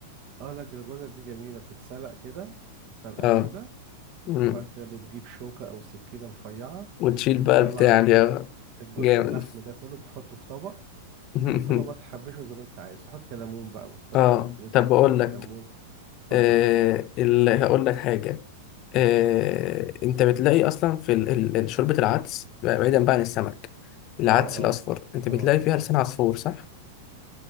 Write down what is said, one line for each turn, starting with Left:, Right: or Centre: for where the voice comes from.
Right: اه لا الجلاجولا دي جميلة بتتسلق كده سلقة
Left: اه
Right: جامدة
Left: مم.
Right: وبعد كده بتجيب شوكة أو سكينة رفيعة
Left: وتشيل
Right: وبتطلع
Left: بقى البتاع دي آه.
Right: ال- الجزء
Left: جامد
Right: اللحم ده كله بتحطه في طبق
Left: <laughs>
Right: والطبق بقى تحبشه زي ما انت عايز تحط ليمون بقى وتحط
Left: اه
Right: فلفل اسود
Left: طب بقول
Right: وتحط
Left: لك
Right: كمون اتفضل
Left: آه ال... هقول لك حاجة آه، انت بتلاقي اصلا في ال- ال- ال- شوربه العدس بعيدا بقى عن السمك العدس
Right: اه
Left: الاصفر
Right: اه
Left: انت
Right: اه
Left: بتلاقي فيها
Right: اه
Left: لسان عصفور صح